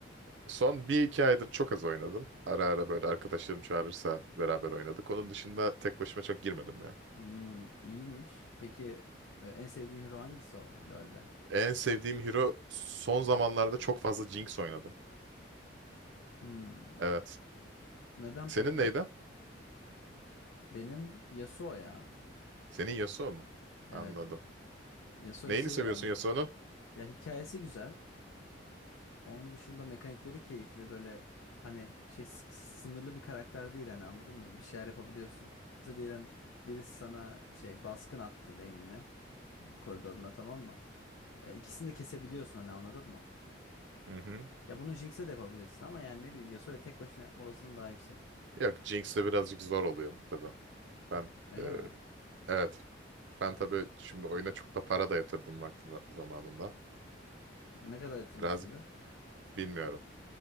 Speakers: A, on the right; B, on the left.
A: Son bir iki aydır çok az oynadım. Ara ara böyle arkadaşlarım çağırırsa beraber oynadık. Onun dışında tek başıma çok girmedim ya.
B: Hmm, iyiymiş. Peki e, en sevdiğin hero hangisi o LoL'de?
A: En sevdiğim hero son zamanlarda çok fazla Jinx oynadım.
B: Hmm,
A: Evet.
B: neden
A: Senin
B: peki?
A: neydi?
B: Benim Yasuo ya.
A: Senin Yasuo mu?
B: Evet
A: Anladım.
B: o. Yasuo'yu
A: Neyini
B: seviyorum.
A: seviyorsun Yasuo'nun?
B: Ya hikayesi güzel. Onun dışında mekanikleri keyifli. Böyle hani şey sık- sınırlı bir karakter değil hani anladın mı? Bir şeyler yapabiliyorsun. Mesela diyelim birisi sana şey baskın attı lane'ine, koridoruna tamam mı? E, ikisini de kesebiliyorsun hani anladın mı?
A: Hı hı.
B: Ya bunu Jinx'e de yapabilirsin ama yani ne bileyim Yasuo'ya tek başına yapma olasılığın daha yüksek.
A: Yok Jinx'le birazcık zor oluyor tabii. Ben
B: Öyle
A: e,
B: mi?
A: evet. Ben tabii şimdi oyuna çok da para da yatırdım vakti va- zamanında.
B: Ne kadar yatırmışsındır?
A: Birazcık bilmiyorum.